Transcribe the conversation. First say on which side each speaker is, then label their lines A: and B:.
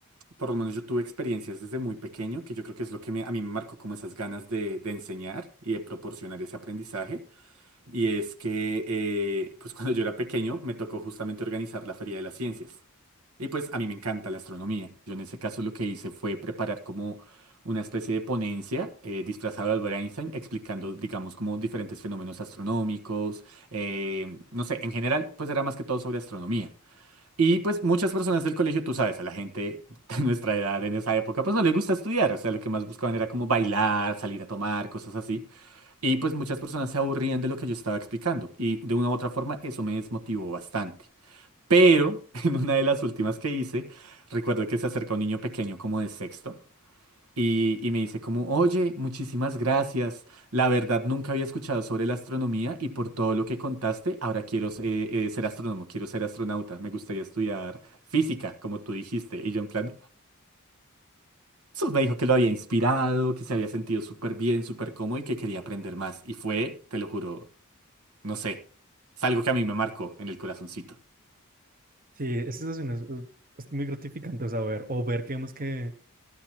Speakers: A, on the right (about 80°); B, on the right (about 40°).
A: por lo menos yo tuve experiencias desde muy pequeño, que yo creo que es lo que me- a mí me marcó como esas ganas de, de enseñar y de proporcionar ese aprendizaje. Y es que, eh, pues <laughs> cuando yo era pequeño, me tocó justamente organizar la Feria de las Ciencias. Y pues a mí me encanta la astronomía. Yo en ese caso lo que hice fue preparar como una especie de ponencia eh, disfrazada de Albert Einstein, explicando, digamos, como diferentes fenómenos astronómicos. eh, no sé, en general, pues era más que todo sobre astronomía. Y pues muchas personas del colegio, tú sabes, a la gente <laughs> de nuestra edad en esa época, pues no les gusta estudiar. O sea, lo que más buscaban era como bailar, salir a tomar, cosas así. Y pues muchas personas se aburrían de lo que yo estaba explicando. Y de una u otra forma, eso me desmotivó bastante. Pero <laughs> en una de las últimas que hice, recuerdo que se acerca un niño pequeño como de sexto y, y me dice como, oye, muchísimas gracias. La verdad nunca había escuchado sobre la astronomía y por todo lo que contaste, ahora quiero eh, eh, ser astrónomo, quiero ser astronauta. Me gustaría estudiar física, como tú dijiste. Y yo en plan, eso me dijo que lo había inspirado, que se había sentido súper bien, súper cómodo y que quería aprender más. Y fue, te lo juro, no sé, es algo que a mí me marcó en el corazoncito.
B: Sí, esa sensación es, es- es muy gratificante, o sea, ver, o ver que vemos que